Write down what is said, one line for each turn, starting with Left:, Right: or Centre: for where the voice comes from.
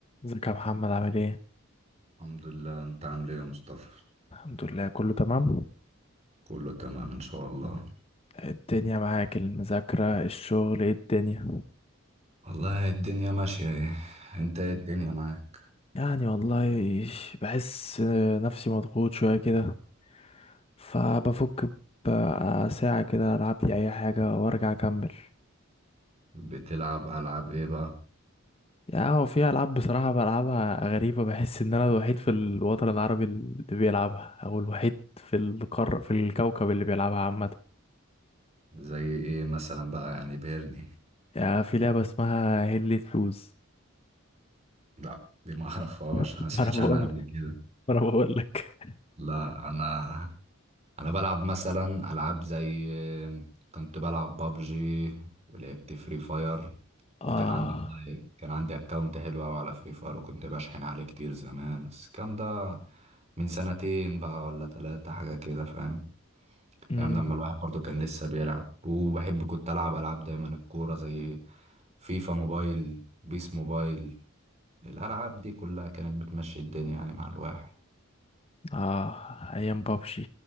Left: ازيك يا محمد عامل ايه؟
Right: الحمد لله انت عامل ايه يا مصطفى
Left: الحمد لله كله تمام
Right: كله تمام ان شاء الله
Left: الدنيا معاك المذاكرة الشغل ايه الدنيا
Right: والله الدنيا ماشية ايه انت ايه الدنيا معاك
Left: يعني والله بحس نفسي مضغوط شوية كده فبفك بقى ساعة كده ألعب لي أي حاجة وأرجع أكمل
Right: بتلعب العاب ايه بقى
Left: يعني هو في ألعاب بصراحة بلعبها غريبة بحس إن أنا الوحيد في الوطن العربي اللي بيلعبها أو الوحيد في القار في الكوكب اللي بيلعبها عامة
Right: زي ايه مثلا بقى يعني بيرني
Left: يعني في لعبة اسمها هيل لوز
Right: لا دي ما اعرفهاش
Left: <laughs>
Right: انا ما سمعتش
Left: ما أنا بقول
Right: عنها قبل
Left: لك
Right: كده
Left: ما أنا بقول لك
Right: لا انا انا بلعب مثلا العاب زي كنت بلعب بابجي ولعبت فري فاير
Left: <laughs>
Right: وكان
Left: آه
Right: عندي والله كان عندي اكونت حلو قوي على فري فاير وكنت بشحن عليه كتير زمان بس الكلام ده من سنتين بقى ولا ثلاثة حاجة كده فاهم
Left: امم
Right: ايام لما الواحد برضو كان لسه بيلعب وبحب كنت العب العاب دايما الكورة زي فيفا موبايل بيس موبايل الالعاب دي كلها كانت بتمشي الدنيا يعني مع الواحد
Left: اه ايام بابجي